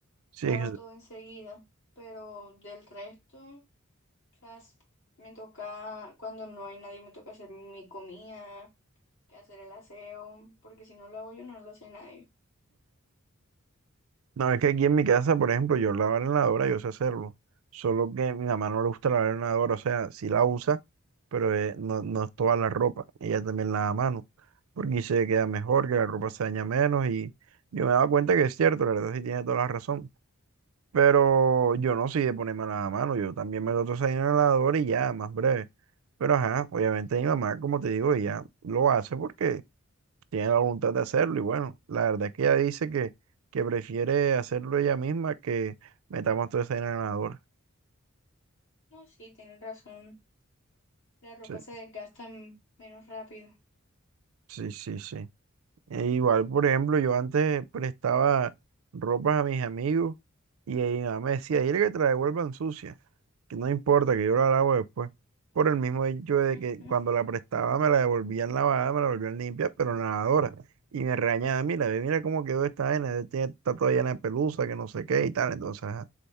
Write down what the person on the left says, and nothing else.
lava todo enseguida, pero del resto, o sea, es- me toca, cuando no hay nadie, me toca hacer mi comida, que hacer el aseo, porque si no lo hago yo, no lo hace nadie.
Sí.
No, sí, tienen razón, la ropa
se desgasta m- menos rápido.
<laughs>